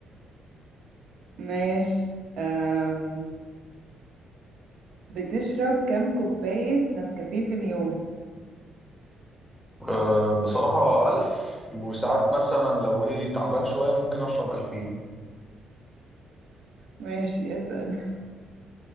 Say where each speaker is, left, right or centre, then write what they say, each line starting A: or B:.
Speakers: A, on the right; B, in the centre.
A: ماشي أم... بتشرب كام كوباية نسكافيه في اليوم
B: آه... بصراحة ألف وساعات مثلا لو ايه تعبان شوية ممكن أشرب ألفين
A: ماشي اسأل <laughs>